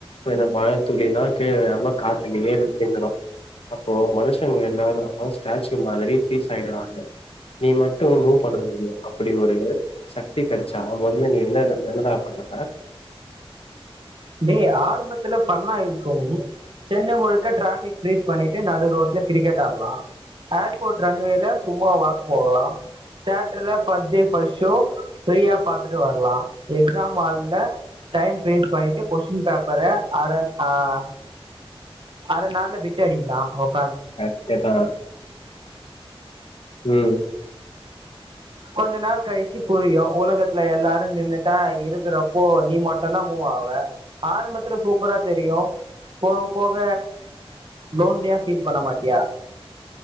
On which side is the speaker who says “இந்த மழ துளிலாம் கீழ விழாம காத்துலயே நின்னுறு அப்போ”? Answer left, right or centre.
Left